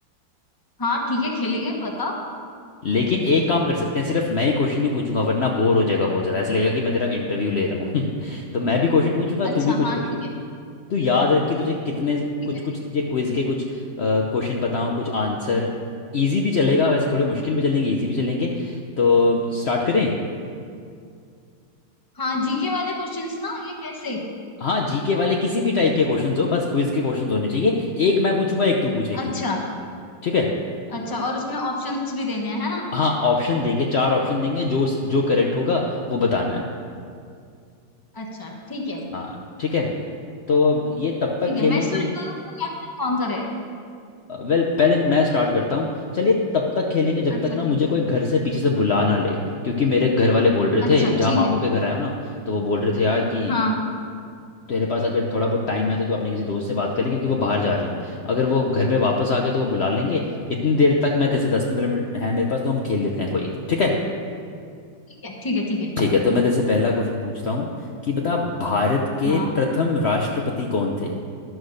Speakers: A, on the left (about 15°); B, on the left (about 70°).
A: हाँ ठीक है खेलेंगे बताओ
B: लेकिन एक काम कर सकते हैं सिर्फ मैं ही क्वेश्चन नहीं पूछूंगा वरना बोर हो जाएगा बहुत ज़्यादा ऐसा लगेगा कि मैं तेरा इंटरव्यू ले रहा हूँ <laughs> तो मैं भी क्वेश्चन पूछूंगा
A: अच्छा
B: तू भी कुछ
A: हाँ
B: क्वेश्चन
A: ठीक है
B: तू याद रख कि तुझे कितने
A: ठीक
B: कुछ
A: है
B: कुछ
A: ठीक
B: तुझे क्विज के कुछ क्वेश्चन बताऊं कुछ आंसर इजी भी चलेगा वैसे थोड़े
A: है
B: मुश्किल भी चलेंगे इजी भी चलेंगे तो स्टार्ट करें
A: हाँ जीके वाले क्वेश्चंस ना ये कैसे
B: हाँ जीके वाले किसी भी टाइप के क्वेश्चंस हो बस क्विज के क्वेश्चंस होने चाहिए एक मैं पूछूंगा एक तू पूछेगी
A: अच्छा
B: ठीक है
A: अच्छा और उसमें ऑप्शंस भी देने हैं है ना
B: हाँ ऑप्शन देंगे चार ऑप्शन देंगे जो जो करेक्ट होगा वो बताना है
A: अच्छा ठीक है
B: हाँ ठीक है तो अब ये तब तक
A: ठीक
B: खेलेंगे
A: है मैं स्टार्ट करूँ या फिर कौन करे
B: वेल पहले मैं स्टार्ट करता हूँ चलिए तब तक खेलेंगे जब
A: अच्छा
B: तक ना मुझे
A: ठीक
B: कोई घर से पीछे से बुला ना ले क्योंकि मेरे घर वाले बोल रहे
A: अच्छा
B: थे
A: ठीक
B: जहाँ मामू
A: है
B: के घर आया हूँ ना तो वो बोल रहे थे यार कि
A: हाँ
B: तेरे पास अगर थोड़ा बहुत टाइम है तो तू अपने किसी दोस्त से बात कर ले क्योंकि वो बाहर जा रहे हैं अगर वो घर पे वापस आ गए तो वो बुला लेंगे इतनी देर तक मैं जैसे दस पंद्रह मिनट है मेरे पास तो हम खेल लेते हैं कोई ठीक है
A: ठीक है ठीक है ठीक है
B: ठीक है तो मैं जैसे पहला क्वेश्चन पूछता हूँ कि बता भारत के
A: हाँ
B: प्रथम राष्ट्रपति कौन थे